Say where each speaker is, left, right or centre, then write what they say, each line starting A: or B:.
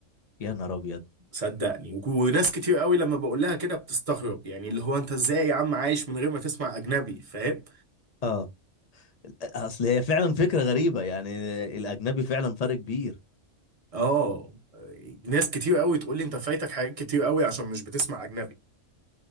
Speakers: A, on the left; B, on the right.
A: يا نهار ابيض
B: صدقني وناس كتير قوي لما بقول لها كده بتستغرب يعني اللي هو انت ازاي يا عم عايش من غير ما تسمع اجنبي فاهم
A: اه اصل هي فعلا فكرة غريبة يعني الاجنبي فعلا فرق كبير
B: اه ناس كتير قوي تقول لي انت فايتك حاجات كتير قوي عشان مش بتسمع اجنبي